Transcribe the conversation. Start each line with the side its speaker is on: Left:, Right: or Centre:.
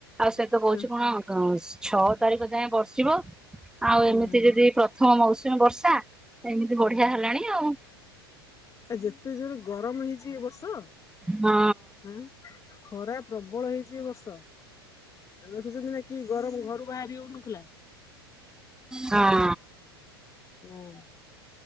Centre: ଆଉ ସେ ତ କହୁଛି
Left: ହଁ
Centre: କଣ ଛଅ ତାରିଖ ଯାଏ ବର୍ଷିବ ଆଉ
Left: ହଁ
Centre: ଏମିତି
Left: ହଁ
Centre: ଯଦି ପ୍ରଥମ ମୌସୁମୀ ବର୍ଷା ଏମିତି ବଢିଆ
Left: ଓହୋ
Centre: ହେଲାଣି ଆଉ।
Left: ଯେତେ ଜୋରେ ଗରମ ହେଇଛି ଏ ବର୍ଷ
Centre: ହଁ।
Left: ହଁ ଖରା ପ୍ରବଳ ହେଇଛି ଏ ବର୍ଷ ତ ଆଉ ଦେଖୁଛନ୍ତି ନା କି ଗରମ ଘରୁ ବାହାରି ହଉନଥିଲା।
Centre: ହଁ।
Left: ହଁ